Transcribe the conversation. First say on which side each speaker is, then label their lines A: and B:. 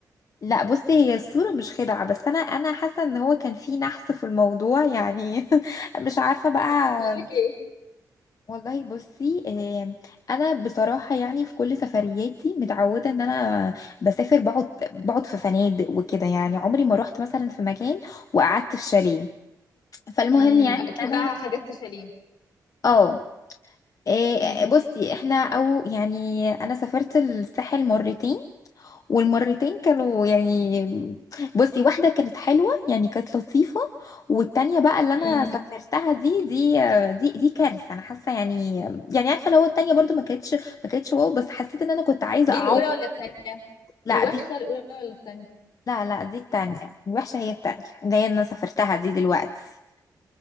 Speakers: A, on the left; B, on the left.
A: لا بصي هي الصورة مش خدعة بس أنا أنا حاسة إن هو كان في نحس في الموضوع يعني <laughs> مش عارفة بقى
B: حصل لك ايه
A: والله بصي آه، أنا بصراحة يعني في كل سفرياتي متعودة إن أنا بسافر بقعد بقعد في فنادق وكده يعني عمري ما روحت مثلا في مكان وقعدت في شاليه فالمهم
B: امم
A: يعني
B: اكيد
A: إن
B: بقى
A: أنا
B: حاجات تشالين
A: اه آه،
B: امم
A: بصي احنا او يعني انا سافرت الساحل مرتين والمرتين كانوا يعني بصي واحدة كانت حلوة يعني كانت لطيفة والتانية بقى اللي أنا
B: امم
A: سافرتها دي دي دي دي كارثة أنا حاسة يعني يعني عارفة لو التانية برضو ما كانتش ما كانتش واو بس حسيت إن أنا كنت عايزة
B: دي
A: أعوض
B: الاولى ولا الثانيه
A: لا
B: الوحشه
A: دي
B: الاولى ولا الثانيه
A: لا لا دي التانية وحشة هي التانية اللي هي أنا سافرتها دي دلوقتي